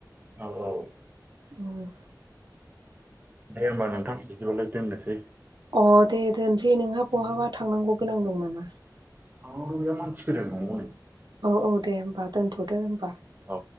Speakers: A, on the right; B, on the right.
A: औ औ।
B: उम
A: दे होमबा नोंथां बिदिबालाय दोननोसै।
B: अ दे दोनसै नोंहा बहाबा थांनांगौ गोनां दं नामा?
A: हयाव मानसि खोदों न'आवनो
B: औ औ दे होमबा दोनथ'दो होमबा।
A: औ।